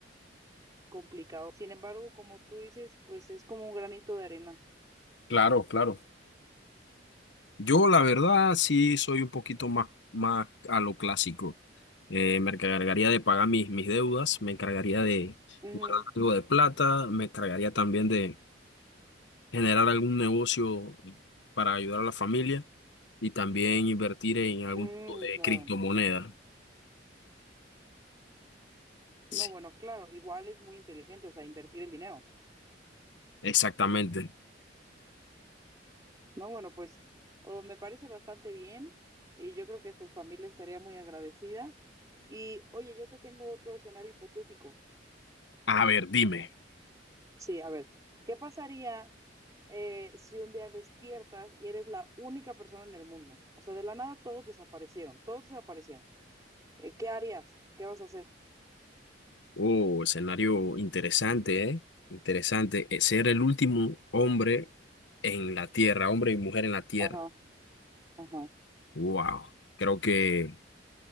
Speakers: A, on the right (about 20°); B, on the left (about 80°).
A: complicado. Sin embargo, como tú dices, pues es como un granito de arena.
B: Claro, claro. Yo, la verdad, sí soy un poquito más, más a lo clásico. Eh, me encargaría de pagar mis, mis deudas, me encargaría de
A: Ujú.
B: buscar algo de plata, me encargaría también de generar algún negocio para ayudar a la familia y también invertir en algún
A: Mm,
B: tipo de
A: claro.
B: criptomoneda.
A: No,
B: Sí,
A: bueno, claro, igual es muy inteligente, o sea, invertir el dinero.
B: exactamente.
A: No, bueno, pues oh, me parece bastante bien y yo creo que tu familia estaría muy agradecida. Y oye, yo te tengo otro escenario hipotético.
B: A ver, dime.
A: Sí, a ver, ¿qué pasaría eh, si un día despiertas y eres la única persona en el mundo? O sea, de la nada todos desaparecieron, todos desaparecieron. Eh, ¿qué harías? ¿Qué vas a hacer?
B: Oh, escenario interesante, ¿eh? Interesante. Eh, Ser el último hombre en la tierra, hombre y mujer en la tierra.
A: Ajá, ajá,
B: Wow, creo que